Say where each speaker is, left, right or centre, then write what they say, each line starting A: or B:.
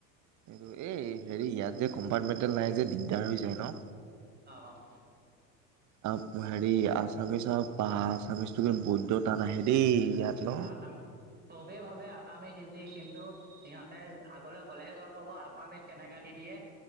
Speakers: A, on the right (about 35°); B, on the right (about 20°).
A: এইটো এই হেৰি ইয়াত যে কম্পাৰ্টমেণ্টেল নাই যে দিগদাৰ হৈ যায় ন?
B: অ', অ'
A: আৰু হেৰি, আছামিচ আৰু বা আছামিচটো কিন্তু বৈদ্য টান আহে দেই ইয়াত ন।
B: আচাম চবেই ভাবে আচামিজ ইজি কিন্তু সিহঁতে আগলে গ'লেহে গম পাব, আছামিজ কেনেকা দি দিয়ে